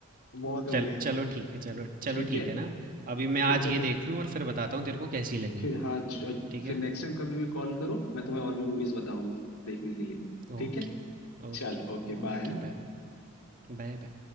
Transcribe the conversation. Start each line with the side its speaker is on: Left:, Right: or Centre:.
Left: बहुत हो
Right: चल
Left: गया
Right: चलो ठीक है चलो चलो
Left: ठीक
Right: ठीक
Left: है
Right: है ना अभी मैं
Left: तो
Right: आज
Left: फिर
Right: ये देख लूँ और फिर बताता हूँ तेरे को कैसी लगी
Left: फिर हाँ ज-
Right: ठीक
Left: फिर
Right: है
Left: नेक्स्ट टाइम कभी भी कॉल करो मैं तुम्हें और भी मूवीज बताऊंगा देखने के लिए ठीक
Right: Okay
Left: है
Right: Okay
Left: चलो ओके
Right: Okay
Left: बाय
Right: bye Bye bye